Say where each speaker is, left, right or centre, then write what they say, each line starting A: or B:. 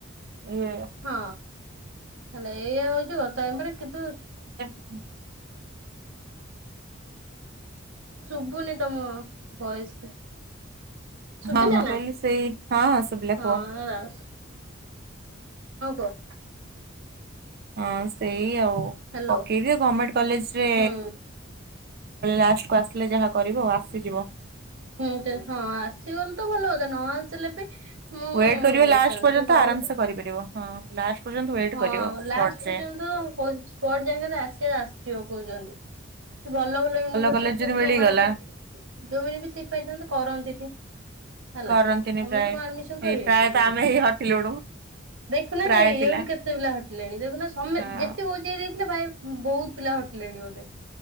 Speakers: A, on the right; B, on the right.
A: ଇଏ
B: ହଁ, ହେଲେ ଏଇଆ ହଉଛି କଥା, ଏମାନେ କିନ୍ତୁ
A: ହୁଁ
B: ଶୁଭୁନି ତମ ଭଏସେ କିଛି। ଶୁଭିଲା
A: ହଁ ହଁ
B: ନା
A: କହିଲି ସେଇ ହଁ ଶୁଭିଲା
B: ହଁ,
A: କୁହ
B: ହଁ, କୁହ
A: ହଁ, ସେଇ ଆଉ
B: ହ୍ୟାଲୋ
A: ପକେଇବି ଗମେଣ୍ଟ କଲେଜରେ
B: ହୁଁ
A: ଲାଷ୍ଟ ଆସିଲେ ଯାହା କରିବ ଆସିଯିବ।
B: ହୁଁ ଯେ ହଁ ଆସିଗଲେ ତ ଭଲ ହ ନ ଆସିଲେ ବି
A: ଟ
B: ମୁଁ
A: କରିବ ଲାଷ୍ଟ
B: ଡିଷ୍ଟାନ୍ସରେ
A: ପର୍ଯ୍ୟ
B: ବି କରିବି
A: ଆରାମ ସେ କରିପାରିବ ହଁ ପର୍ଯ୍ୟନ୍ତ ୱେଟ୍
B: ହଁ
A: କରିବ ସ୍ପଟ
B: ଲାଷ୍ଟ
A: ଯାଏଁ।
B: ପର୍ଯ୍ୟନ୍ତ ସ୍ପଟ ଜାଗାରେ ଆସ ଆସି କହୁଛନ୍ତି କି ଭଲ ଭଲ ୟୁନିଭରସିଟିରେ
A: କଲେଜ ଯଦି
B: ବି
A: ମିଳିଗଲା
B: ଯୋଉମାନଙ୍କ ଯୋଉମାନେ ବି ସିଟ ପାଇଥାନ୍ତି କରନ୍ତିନି ହେଲା
A: କରନ୍ତିନି
B: ସମେ
A: ପ୍ରାୟ
B: ତ କଣ ଆଡମିସନ କରିବେ
A: ଏଇ ପ୍ରାୟତ
B: କି ହଁ
A: ଆମେ ହେଇ ହଟିଲୁଣୁ
B: ଦେଖୁନା
A: ପ୍ରାୟ
B: ହେଇ ଏଠୁ
A: ପିଲା
B: କେତେ କେତେ ପିଲା ହଟିଲେଣି ଦେଖୁନା ସମେ
A: ହଁ।
B: ଯେତକି ବଜେଇ ଦେଇଥିଲେ ଭାଇ ବହୁତ ପିଲା ହଟିଲେଣି ବୋଧେ